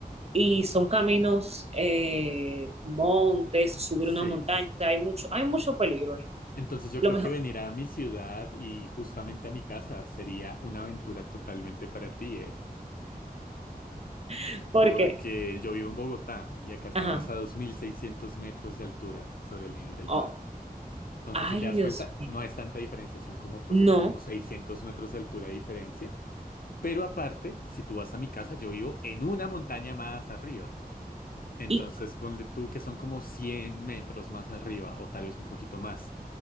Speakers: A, on the right; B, on the left.
A: y son caminos, eh, montes, subir
B: Sí.
A: una montaña, hay mucho, hay mucho peligro ahí.
B: Entonces yo
A: Lo
B: creo
A: mejor,
B: que venir a mi ciudad y justamente a mi casa sería una aventura totalmente para ti, ¿eh?
A: <laughs> porque,
B: Porque yo vivo en Bogotá y acá estamos
A: ajá,
B: a 2.600 metros de altura sobre el nivel del
A: oh,
B: mar. Entonces,
A: ay
B: si te das
A: Dios,
B: cuenta, no es tanta diferencia, son como, pues
A: no,
B: eso, como 600 metros de altura de diferencia. Pero aparte, si tú vas a mi casa, yo vivo en una montaña más arriba. Entonces,
A: y
B: ponle tú que son como 100 metros más arriba, o tal vez un poquito más.